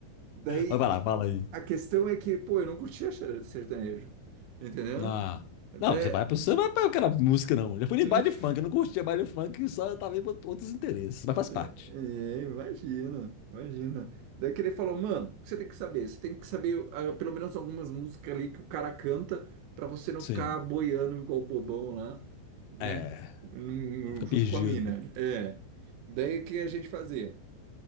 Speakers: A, on the right (about 75°); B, on the left (about 80°).
A: Daí
B: Mas Vai lá, fala aí.
A: a questão é que, pô, eu não curtia ser- sertanejo, entendeu?
B: Ah,
A: Daí,
B: não, você vai pra. Você vai pra aquela música, não. Já fui
A: hum,
B: em baile funk,
A: <laughs>
B: eu não curtia baile funk, só tava em outros interesses, mas faz parte.
A: é, imagina, imagina. Daí que ele falou, mano, o que você tem que saber? Você tem que saber ah, pelo menos algumas músicas ali que o cara canta pra você não
B: Sim.
A: ficar boiando igual bobão lá, né?
B: É.
A: Num-
B: Não fica
A: num- junto
B: perdido.
A: com a mina. É. Daí o que a gente fazia?